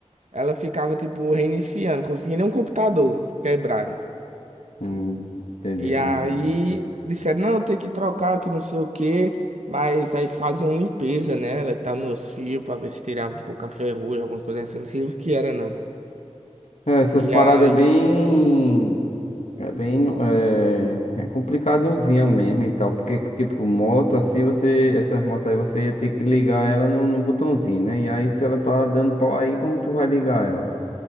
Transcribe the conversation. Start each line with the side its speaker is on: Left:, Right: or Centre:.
Right: Ela ficava, tipo, reiniciando, como se nem um computador quebrado.
Left: hum, entendi
Right: E
Left: como
Right: aí
Left: é.
Right: disseram, não, tem que trocar, que não sei o quê. Mas aí faziam limpeza nela e tal, nos fios, pra ver se tirava um pouco a ferrugem, alguma coisa assim. Não sei o que era, não.
Left: É, Essas
Right: E
Left: paradas
Right: aí.
Left: é bem. É bem. É, é complicadozinha mesmo e tal. Porque, tipo, moto, assim, você. Essas motos aí você ia ter que ligar ela no, no botãozinho, né? E aí, se ela tá dando pau aí, como tu vai ligar ela?